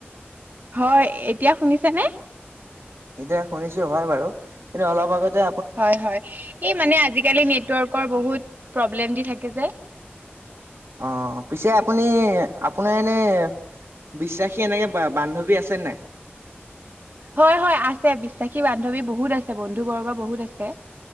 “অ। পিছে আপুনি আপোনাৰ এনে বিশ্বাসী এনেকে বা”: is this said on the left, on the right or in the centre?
Right